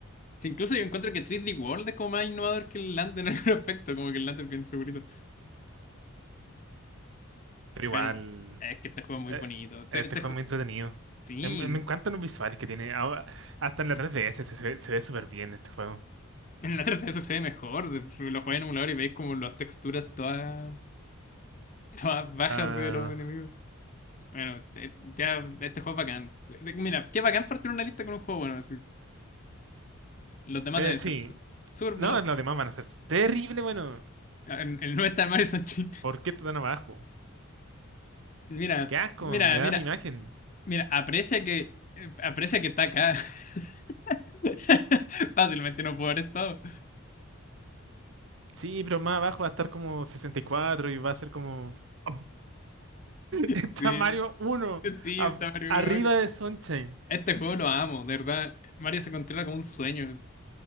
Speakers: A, on the left; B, on the right.
A: Sí, incluso yo encuentro que 3D World es como más innovador que el LAN en <laughs> algún aspecto, como que el LAN es bien segurito.
B: Pero igual,
A: Bueno, es que este juego es muy
B: eh,
A: bonito. Este,
B: este
A: este
B: juego
A: jue-
B: es muy entretenido.
A: sí.
B: Em- em, Me encantan los visuales que tiene. Ahora, hasta en la 3DS se, se ve se ve súper bien este juego.
A: En la 3DS se ve mejor. Lo jugáis en emulador y veis como las texturas todas, todas bajas
B: Ah,
A: de los enemigos. Bueno, eh, ya este juego es bacán. Eh, eh, Mira, qué bacán partir una lista con un juego bueno. así. Los demás
B: eh,
A: deben
B: sí.
A: ser su- súper
B: No,
A: buenos.
B: los demás van a ser terrible, bueno.
A: El, el 90 de Mario Sunshine. <laughs>
B: ¿Por qué está tan abajo?
A: Mira,
B: Qué asco,
A: mira,
B: me
A: mira,
B: da la imagen.
A: mira, aprecia que, eh, aprecia que está acá. <laughs> Fácilmente no puedo haber estado.
B: Sí, pero más abajo va a estar como sesenta y cuatro y va a ser como... <laughs> Está
A: Sí,
B: Mario uno
A: sí,
B: a-
A: está Mario
B: arriba
A: Bros.
B: de Sunshine.
A: Este juego lo amo, de verdad. Mario se controla como un sueño.